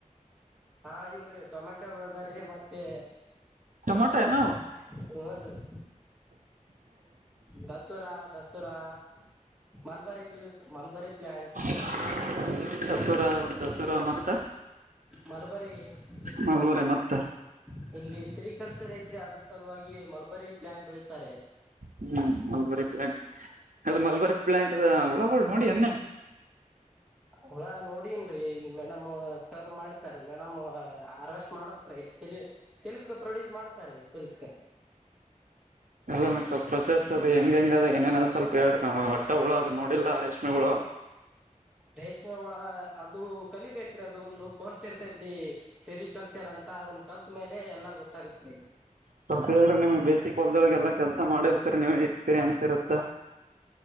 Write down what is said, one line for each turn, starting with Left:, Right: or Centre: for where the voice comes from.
Centre: ಹಾ ಇವ್ರೀ ಟೊಮೆಟೊ ಬೆಳದ್ರೀ ಮತ್ತೆ
Right: ಟೊಮಾಟೊ ಏನವು
Centre: <inaudible> ಉವನ್ರೀ ದತುರಾ ದತುರಾ ಮಲ್ಬಾರಿಲ್ಲಿ ಯೂಸ್ ಮಲ್ಬಾರಿ ಪ್ಲ್ಯಾಂಟ್
Right: <inaudible> ದತುರ ದತುರ ಮತ್ತ
Centre: ಮಲ್ಬರಿ
Right: ಮಲ್ಬರಿ
Centre: <inaudible>
Right: ಮತ್ತ
Centre: ಇಲ್ಲಿ ಸಿರಿ ಕಲ್ಚರ್ ಐತ್ರಿ ಅದ್ರ ಸಲುವಾಗಿ ಮಲ್ಬರಿ ಪ್ಲಾಂಟ್ ಬೆಳೀತಾರೆ
Right: ಹ್ಮ್ ಮಲ್ಬರಿ ಪ್ಲಾಂಟ್ ಅದ ಮಲ್ಬರಿ ಪ್ಲಾಂಟದ ಉಳಗಳ ನೋಡಿ ನಿ
Centre: ಉಳ ನೋಡನ್ರಿ ಇಲ್ಲಿ ಮೇಡಮ್ ಸರ್ ಮಾಡತಾರ ಮೇಡಮ್ ಅರೆಸ್ಟ್ ಮಾಡ್ಬೇಕ್ರೀ ಸಿಲಿ ಸಿಲ್ಕ ಪ್ರೊಡ್ಯೂಸ್ ಮಾಡ್ತಾರೆ ಸಿಲ್ಕ
Right: ಎಲ್ಲ ಮ ಸ್ವಲ್ ಪ್ರೊಸೆಸ್ ಅದು ಹೆಂಗ ಹೆಂಗ ಅದ ಏನೇನಾದ್ ಸ್ವಲ್ಪ ಹೇಳ್ರಿ. ಒಟ್ಟ ಹುಳ
Centre: ಸ
Right: ಅದ ನೋಡಿಲ್ಲ ರೇಷ್ಮೆ ಹುಳ
Centre: ರೇಷ್ಮೆ ಹುಳ ಅದು ಕಲಿಬೇಕ್ರೀ ಅದು ಒಂದು ಕೋರ್ಸ್ ಇರ್ತೈತಿ. ಸೆರಿ ಕಲ್ಚರ್ ಅಂತ ಅದನ್ನ ಕಲ್ತ ಮೇಲೆ ಎಲ್ಲಾ ಗೊತ್ತಾಗುತ್ತೆ.
Right: ಸ್ವಲ್ಪ ಹೇಳ್ರಿ ನಿಮ್ಗ ಬೇಸಿಕ್ ಹೊಲ್ದದೊಳಗ ಎಲ್ಲಾ ಕೆಲ್ಸ ಮಾಡಿರ್ತರಿ ನೀವ್ ಎಕ್ಸ್ಪೀರಿಯನ್ಸ್ ಇರತ್ತ.